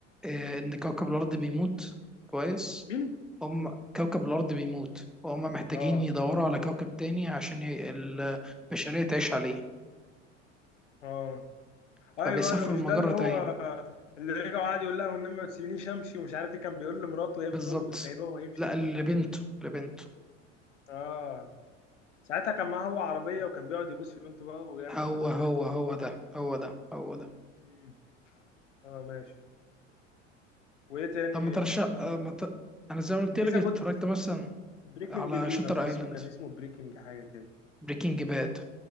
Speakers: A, in the centre; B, on the left.
A: آه، إن كوكب الأرض بيموت كويس
B: مين
A: هم كوكب الأرض بيموت وهم محتاجين
B: اه
A: يدوروا على كوكب تاني عشان ي- البشرية تعيش عليه
B: اه
A: فبيسافروا
B: ايوه ايوه مش
A: لمجرة
B: ده اللي هو
A: تاني
B: اللي رجع وقعد يقول لها والنبي ما تسيبنيش امشي ومش عارف ايه كان بيقول لمراته وهي
A: بالظبط
B: بتقول له بتسيبه وهو يمشي
A: لا لبنته لبنته
B: اه ساعتها كان معاه هو عربيه وكان بيقعد يبوس في بنته بقى ويعمل
A: هو
B: حركات
A: هو
B: غريبه بنت
A: هو
B: الكلب.
A: ده هو ده هو ده
B: مم. اه ماشي وايه تاني
A: طب ما ترشح آه، ما ت... أنا زي ما قلت لك
B: في ذا جود
A: اتفرجت مثلا
B: بريكنج
A: على
B: نيوز
A: شاتر
B: مش عارف
A: ايلاند
B: اسمه كان اسمه بريكنج حاجه كده
A: بريكنج باد